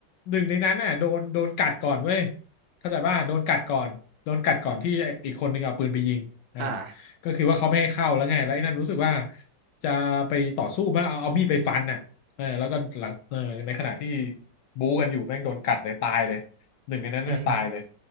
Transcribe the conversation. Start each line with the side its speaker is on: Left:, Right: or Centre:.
Left: หนึ่งในนั้นอ่ะโดนโดนกัดก่อนเว้ยเข้าใจป่ะโดนกัดก่อนโดนกัดก่อนที่ไอ้อีกคนหนึ่งเอาปืนไปยิงอ่า
Right: อ่า
Left: ก็คือว่าเขาไม่ให้เข้าแล้วไงแล้วไอ้นั่นรู้สึกว่าจะไปต่อสู้มั้งเอาเอามีดไปฟันน่ะเออแล้วก็หลังเออในขณะที่บู๊กันอยู่แม่งโดนกัดเลยตายเลยหนึ่งในนั้นเนี่ยตายเลย
Right: <laughs> อืม